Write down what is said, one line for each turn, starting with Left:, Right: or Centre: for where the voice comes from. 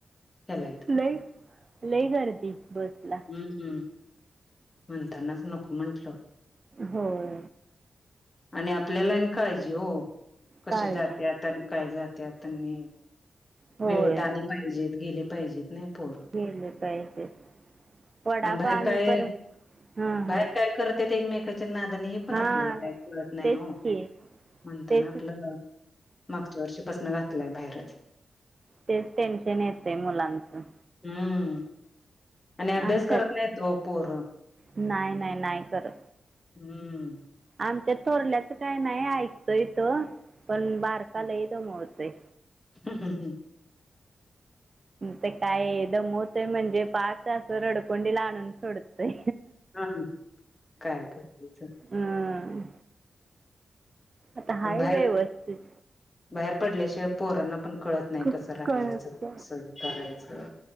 Left: ह्याला आहेत
Right: लय लय गर्दी बस ला.
Left: हम्म म्हणतानाच नको म्हंटलं.
Right: होय.
Left: आणि आपल्याला आणि काळजी हो कशी
Right: काळजी
Left: जाते आता आणि काय जाते. त्यात आणि
Right: होय
Left: वेळेत आली पाहिजेत गेली पाहिजेत. पोर
Right: गेले पाहिजे वडापाव
Left: आणि बाहेर
Right: आम्ही
Left: काय?
Right: पर हां हां
Left: बाहेर काय करतेेत एकमेकच्या नादाने हे पण
Right: हां
Left: आपल्याला काही कळत नाही
Right: तेच
Left: हो.
Right: की
Left: म्हणताना
Right: तेच
Left: आपलं मागच्या वर्षीपसन घातलंय बाहेरच.
Right: तेच टेन्शन येतय मुलांचं.
Left: हम्म. आणि अभ्यास
Right: आमच्यात
Left: करत नाहीत ओ पोर.
Right: नाही नाही नाही करत.
Left: हम्म.
Right: आमच्या थोरल्याच काय नाही ऐकतोय तो पण बारका लही धमवतोय.
Left: हम्म हम्म हम्म.
Right: ते काय दमवतय म्हणजे पार अस रडकोंडी ला आणून सोडतय.
Left: हा काय करायचं
Right: हम. आता हाय
Left: आणि बाहेर
Right: व्यवस्थित
Left: बाहेर पडल्याशिवाय पोरांना पण कळत नाही
Right: खूप
Left: कसं राहायचं
Right: कळत
Left: सहन करायचं.